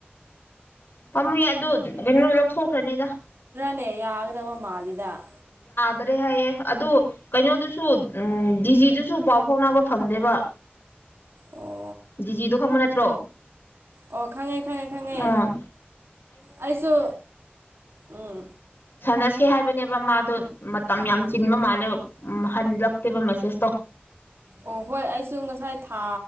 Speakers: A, on the left; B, on the right.
A: ꯄꯥꯝꯃꯨ ꯌꯥ ꯑꯗ ꯀꯩꯅꯣ ꯂꯧꯊꯣꯛꯈ꯭ꯔꯅꯤꯗ
B: ꯅꯦ ꯌꯥꯒꯗꯕ ꯃꯥꯜꯂꯤꯗ
A: ꯐꯗ꯭ꯔꯦ ꯍꯥꯏꯌꯦ ꯑꯗꯨ ꯀꯩꯅꯣꯗꯨꯁꯨ ꯎꯝ ꯗꯤꯖꯤꯗꯨꯁꯨ ꯄꯥꯎ ꯐꯥꯎꯅꯕ ꯐꯪꯗꯦꯕ
B: ꯑꯣ
A: ꯗꯤꯖꯤꯗꯣ ꯈꯪꯕ ꯅꯠꯇ꯭ꯔꯣ
B: ꯑꯣ ꯈꯪꯉꯦ ꯈꯪꯉꯦ ꯈꯪꯉꯦ
A: ꯎꯝ
B: ꯑꯩꯁꯨ ꯎꯝ
A: ꯁꯝꯅꯁꯤ ꯀꯦ ꯍꯥꯏꯕꯅꯦꯕ ꯃꯥꯗꯣ ꯃꯇꯝ
B: ꯎꯝ
A: ꯌꯥꯝ ꯆꯤꯟꯕ ꯃꯥꯜꯂꯦ ꯍꯟꯂꯛꯇꯦꯕ ꯃꯦꯁꯦꯁꯇꯣ
B: ꯑꯣ ꯍꯣꯏ ꯑꯩꯁꯨ ꯉꯁꯥꯏꯥ